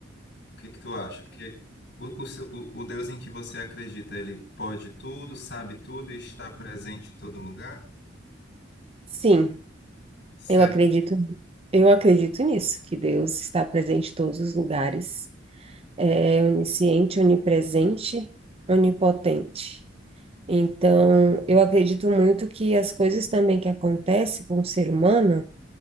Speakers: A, on the left; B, on the right.
A: O que que tu acha? Porque o, o seu- o- o Deus em que você acredita, ele pode tudo, sabe tudo e está presente em todo lugar?
B: Sim,
A: Sério?
B: eu acredito, eu acredito nisso, que Deus está presente em todos os lugares, é onisciente, onipresente, onipotente. Então, eu acredito muito que as coisas também que acontecem com o ser humano